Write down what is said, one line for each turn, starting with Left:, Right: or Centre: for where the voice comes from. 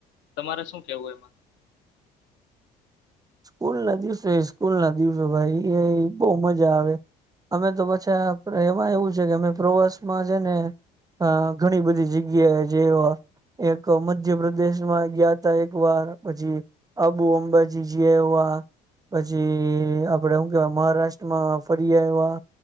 Left: તમારે શું કેવું એમાં?
Right: સ્કૂલ ના દિવસે સ્કૂલ ના દિવસે ભાઈ એ બહુ મજા આવે. અમે તો પાછા આપડે એમાં એવું છે કે અમે પ્રવાસ માં છે ને અ ઘણી બધી જગ્યા જે આ એક મધ્યપ્રદેશમાં ગયા તા એક વાર પછી આબુ અંબાજી જી આયવા પછી આપડે હુ કેવા મહારાષ્ટ્રમાં ફરી આવવા